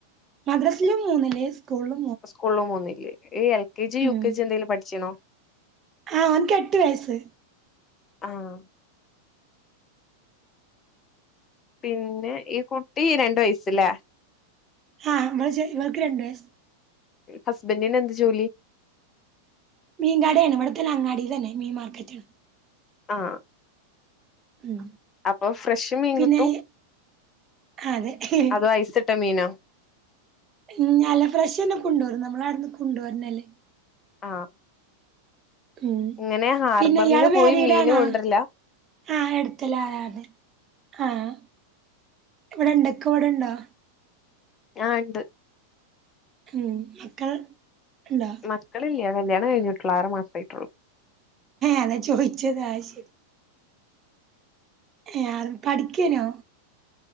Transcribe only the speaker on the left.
സ്കൂൾല് മൂന്നില്, ഈ എൽ കെ ജി യു
കെ ജി എന്തെലും പഠിച്ചിണോ
ആഹ് പിന്നെ ഈ കുട്ടി രണ്ട് വയസ്സില്ലേ
ഹസ്ബന്റിന് എന്ത് ജോലി
ആഹ്
അപ്പൊ ഫ്രഷ് മീൻ
കിട്ടും
അതോ ഐസ് ഇട്ട മീനൊ
ആഹ്
ഇങ്ങനെ ഹാർബറില്
പോയി മീന്
കൊണ്ടരില്ല
ഞാൻ ണ്ട്
മക്കളില്ല്യ കല്യാണം കഴിഞ്ഞിട്ടുള്ളു ആറ് മാസായിട്ടുള്ളു